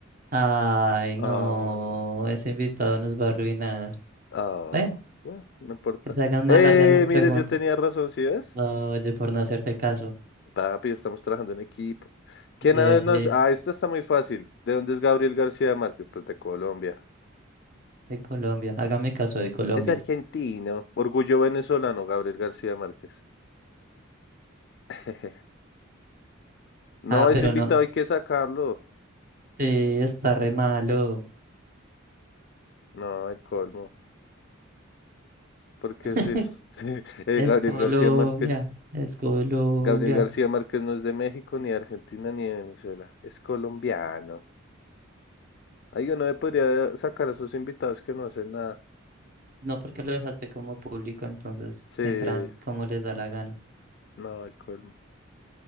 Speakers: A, on the right (about 45°); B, on the left (about 55°).
A: Ay, no,
B: Ah,
A: ese invitado nos va a arruinar.
B: ah,
A: Ven,
B: bueno, no importa.
A: que se hagan
B: Eh,
A: más largas las preguntas.
B: mire, yo tenía razón, ¿sí ves?
A: No, Oye, por no hacerte caso.
B: Papi, estamos trabajando en equipo. ¿Quién
A: De,
B: a-
A: sí,
B: nos...? Ah, esta está muy fácil. ¿De dónde es Gabriel García Márquez? Pues de Colombia.
A: de Colombia, hágame caso de Colombia.
B: Es argentino. Orgullo venezolano, Gabriel García Márquez. <laughs> No,
A: Ah,
B: ese
A: pero
B: invitado
A: no,
B: hay que sacarlo.
A: sí, está re malo.
B: No, el colmo. Porque
A: <laughs>
B: sí, <laughs> eh,
A: Es
B: Gabriel
A: Colombia,
B: García Márquez.
A: es Colombia.
B: Gabriel García Márquez no es de México, ni de Argentina, ni de Venezuela. Es colombiano. Ahí uno le podría sacar a sus invitados que no hacen nada.
A: No porque lo dejaste como público, entonces
B: Sí,
A: entran como les da la gana.
B: no, el, col-